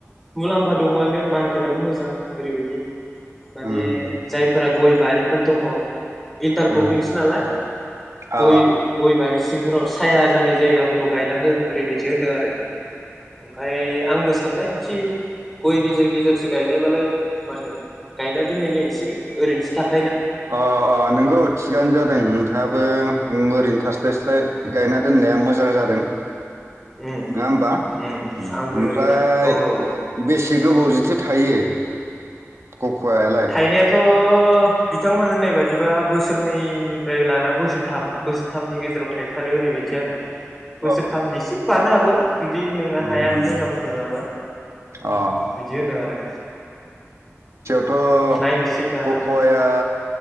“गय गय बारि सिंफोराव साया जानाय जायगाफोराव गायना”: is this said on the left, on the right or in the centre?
Centre